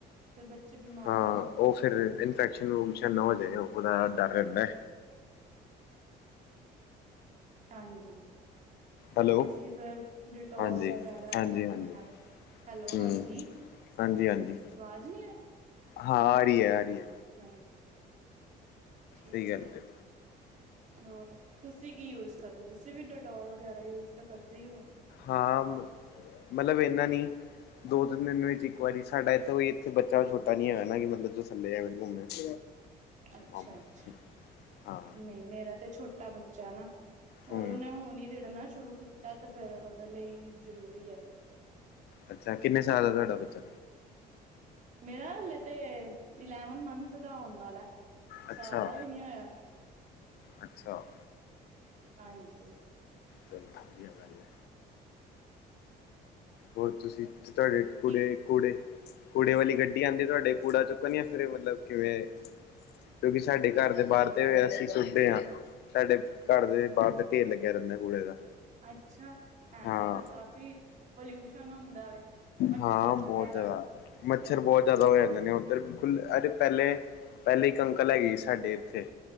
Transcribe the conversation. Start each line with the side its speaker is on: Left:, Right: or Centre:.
Right: ਫੇਰ ਬੱਚੇ ਬਿਮਾਰ
Left: ਹਾਂ
Right: ਹੁੰਦੇ ਨੇ
Left: ਉਹ ਫਿਰ ਇਨਫੈਕਸ਼ਨ ਫੂਕਸ਼ਨ ਨਾ ਹੋ ਜਾਏ ਉਹਦਾ ਡਰ ਰਹਿੰਦਾ
Right: ਹਾਂਜੀ
Left: ਹੈਲੋ,
Right: ਇਸ ਲਈ ਫਿਰ ਡਿਟੋਲ
Left: ਹਾਂਜੀ,
Right: ਵਗੈਰਾ
Left: ਹਾਂਜੀ-ਹਾਂਜੀ।
Right: ਜਾਂ ਫਰਨੈਲ ਹੈਲੋ
Left: ਹੂੰ,
Right: ਹਾਂਜੀ
Left: ਹਾਂਜੀ-ਹਾਂਜੀ,
Right: ਅਵਾਜ਼ ਨੀ ਆ ਰੀ
Left: ਹਾਂ ਆ ਰਹੀ ਆ ਰਹੀ ਐ
Right: ਹਾਂਜੀ ਠੀਕ
Left: ਸਹੀ ਗੱਲ
Right: ਆ
Left: ਐ।
Right: ਹੋਰ ਤੁਸੀਂ ਕੀ ਯੂਸ ਕਰਦੇ ਹੋ ਤੁਸੀਂ ਵੀ ਡੈਟੋਲ ਵਗੈਰਾ ਯੂਜ ਤਾਂ ਕਰਦੇ ਹੀ ਹੋਗੇ
Left: ਹਾਂ ਮਤਲਬ ਇੰਨਾ ਨੀ ਦੋ ਤਿੰਨ ਦਿਨ ਵਿੱਚ ਇੱਕ ਵਾਰੀ ਸਾਡਾ ਇਥੇ ਕੋਈ ਇੱਥੇ ਬੱਚਾ ਛੋਟਾ ਨੀ ਹੈਗਾ ਨਾ ਮਤਲਬ ਥਲੇ ਆਵੇ ਘੁੰਮੇ <inaudible>
Right: ਅੱਛਾ-
Left: ਮਾਮੀ
Right: ਅੱਛਾ
Left: ਹਾਂ,
Right: ਨਈ ਮੇਰਾ ਤੇ ਛੋਟਾ ਬੱਚਾ ਬੱਚਾ ਹਨਾ, ਹੋਰ
Left: ਹੂੰ,
Right: ਉਨੇ ਹੁਣ ਈ ਰਿੜਨਾ ਸ਼ੁਰੂ ਕੀਤਾ ਤੇ ਫੇਰ ਓਦੇ ਲਈ ਜ਼ਰੂਰੀ ਆ ਉਹੋ
Left: ਅੱਛਾ ਕਿੰਨੇ ਸਾਲ ਦਾ ਤੁਆਡਾ ਬੱਚਾ?
Right: ਮੇਰਾ ਹਾਲੇ ਤੇ ਇਲੈਵਨ ਮੰਨਥ ਦਾ ਹੋਣ ਵਾਲਾ।
Left: ਅੱਛਾ,
Right: ਸਾਲ ਦਾ ਵੀ ਨੀ ਹੋਇਆ,
Left: ਅੱਛਾ,
Right: ਹਾਜੀ।
Left: ਚਲੋ ਵੱਧੀਆ ਗੱਲ ਐ। ਹੋਰ ਤੁਸੀਂ ਤੁਆਡੇ ਕੁੜੇ
Right: ਕੀ
Left: ਕੂੜੇ, ਕੂੜੇ ਵਾਲੀ ਗੱਡੀ ਆਂਦੀ ਤੁਆਡੇ ਕੂੜਾ ਚੁੱਕਣ ਜਾਂ ਫੇਰ ਮਤਲਬ ਕਿਵੇਂ? ਕਿਉਂਕਿ ਸਾਡੇ ਘਰ ਦੇ ਬਾਰ ਤੇ ਅਸੀਂ ਸੁੱਟਦੇ ਆ। ਸਾਡੇ ਘਰ ਦੇ ਬਾਰ ਤੇ ਢੇਰ ਲੱਗੇਆ ਰੇਂਦਾ ਕੁੂੜੇ ਦਾ
Right: ਅੱਛਾ ਐਂ
Left: ਹਾਂ,
Right: ਤੇ ਫਿਰ ਕਾਫ਼ੀ ਪੋਲਿਊਸ਼ਨ ਹੁੰਦਾ ਵੇ ਮੱਛਰ
Left: ਹਾਂ
Right: ਵਗੈਰਾ
Left: ਬੋਤ ਜਾਦਾ ਮੱਛਰ ਬੋਤ ਜਾਦਾ ਹੋ ਜਾਂਦੇ ਨੇ ਓਧਰ ਬਿਲਕੁਲ ਅ ਤੇ ਪੇਲੇ ਪੇਲੇ ਇੱਕ ਅੰਕਲ ਹੈਗੇ ਸੀ ਸਾਡੇ ਏਥੇ